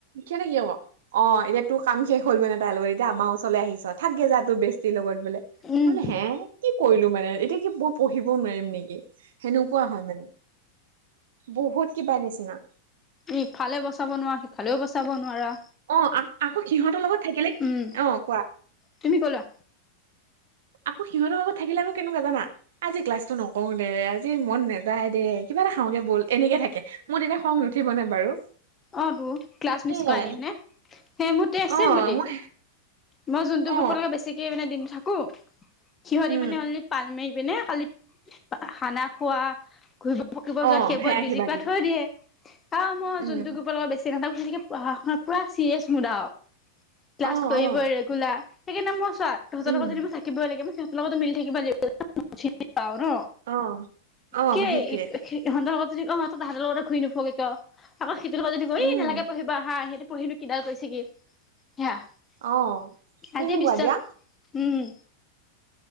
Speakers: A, on the right; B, on the left.
A: সিঁহতে কি হ'ব, অ এতিয়া তোৰ কাম শেষ হ'ল মানে তাইৰ লগত এতিয়া আমাৰ ওচৰলৈ আহিছা থাকগে যা তোৰ বেষ্টিৰ লগত বোলে,
B: উম,
A: মোলে হে কি কৰিলো মানে এতিয়া কি মই পঢ়িবও নোৱাৰিম নিকি? সেনেকুৱা হয় মানে বহুত কিবা নিচিনা
B: ইফালে বচাব নোৱাৰা, সিফালেও বচাব নোৱাৰা।
A: অ আক' আকৌ সিহঁতৰ লগত থাকিলে,
B: উম,
A: অ কোৱা?
B: তুমি ক'লা
A: আকৌ সিহঁতৰ লগত থাকিলে আকৌ কেনেকুৱা জানা? আজি ক্লাছটো নকৰো দে আজি মন নে যায় দে, কিবা এটা খাওঁগে বল এনেকে থাকে, মোৰ তেতিয়া খং নুঠিবনে বাৰু?
B: অ তো, ক্লাছ
A: সেয়াই
B: মিচ কৰাই দিয়ে হয়নে? সেই মোৰ তে
A: অ
B: চেম গতি।
A: মই
B: মই যোনটো
A: অ
B: গ্ৰুপৰ লগে বেছিকে মানে দিনটো থাকো, সিহঁতি
A: উম
B: মানে অনলি পাল মাৰি পিনে খালি খানা খোৱা, ঘুৰিব পকিব
A: অ
B: যোৱা সেইবোৰত
A: সেয়া
B: বিজি
A: কিবা
B: কৰাই
A: কিবি
B: থৈ দিয়ে, আহ মই
A: উম
B: বোৰৰ লগত বেছি নাথাকো সিহঁতে পঢ়া-শুনাত পুৰা চিৰিয়াছ মুদ আৰু। ক্লাছ
A: অ
B: কৰিব
A: অ
B: ৰেগুলাৰ সেইকাৰণে মই চোৱা তহঁতৰ
A: উম
B: লগত যদি মই থাক কিব লাগিব, সিহতৰ লগত মিলি থাকিবা লাগা ন, চিনি পাওঁ ন।
A: অ অ
B: কেই
A: সেইটোৱে
B: সি সি সিন্দৰ লগত যদি অ তাহাতৰ লগতে ঘূই নুফুৰগে কিয়? আকৌ সিটোৰ লগত যদি গ
A: উম
B: নালাগে পঢ়িবা হা সিহঁতে পঢ়িলো কিডাল কৰিছে কি সেয়া।
A: অ তেনেকুৱা
B: আজি বিশ্বাস
A: দিয়া
B: উম,